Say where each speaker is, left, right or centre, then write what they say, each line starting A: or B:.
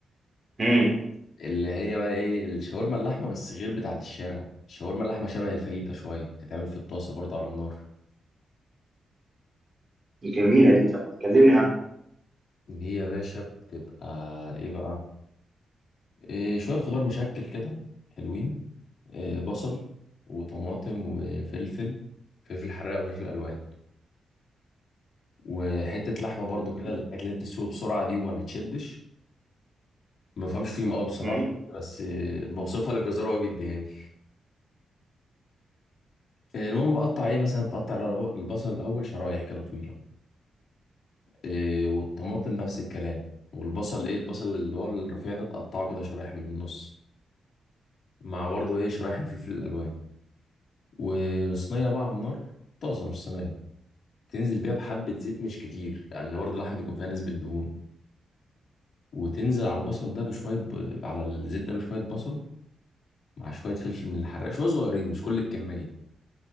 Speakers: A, on the right; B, on the left.
A: امم
B: اللي هي بقى إيه الشاورما اللحمة بس غير بتاعة الشارع الشاورما اللحمة شبه الفاهيتا شوية بتتعمل في الطاسة برضه على النار
A: جميلة دي طب ما تكلمني عنها
B: دي يا باشا بتبقى إيه بقى إيه شوية خضار مشكل كده حلوين إيه بصل وطماطم وفلفل فلفل حراق وفلفل ألوان وحتة لحمة برضو
A: تمام
B: كده الحاجات اللي بتسوي بسرعة دي وما بتشدش ما بفهمش فيهم قوي بصراحه
A: امم
B: بس آه، بوصفها للجزار وهو بيديهاني آه، المهم بقطع ايه مثلا تقطع الأرو- البصل الاول شرايح كده طويله آه، والطماطم نفس الكلام والبصل ايه البصل اللي هو الرفيع ده تقطعه كده شرايح من النص مع برضه ايه شرايح الفلفل الالوان وصينيه بقى على النار طاسه مش صينيه تنزل بيها بحبه زيت مش كتير لان برضه اللحمه بيكون فيها نسبه دهون وتنزل على البصل ده بشويه ب... على الزيت ده بشويه بصل مع شويه فلفل من الحراق شويه صغيرين مش كل الكميه